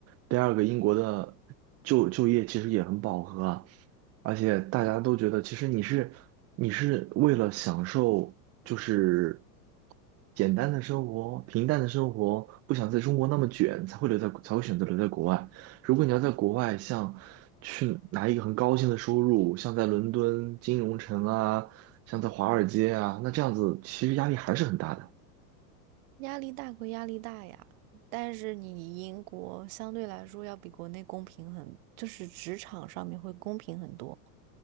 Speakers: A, on the right; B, on the right.
A: 第二个，英国的就就业其实也很饱和啊而且大家都觉得，其实你是你是为了享受，就是简单的生活、平淡的生活，不想在中国那么卷，才会留在，才会选择留在国外。如果你要在国外，像去拿一个很高薪的收入，像在伦敦金融城啊，像在华尔街啊，那这样子其实压力还是很大的。
B: 压力大归压力大呀，但是你英国相对来说要比国内公平很，就是职场上面会公平很多。